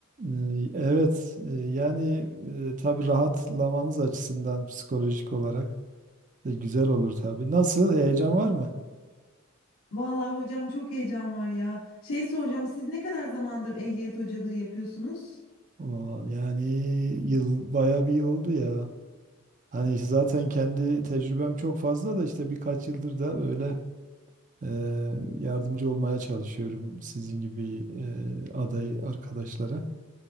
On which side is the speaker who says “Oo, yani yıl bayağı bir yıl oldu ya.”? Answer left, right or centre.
Right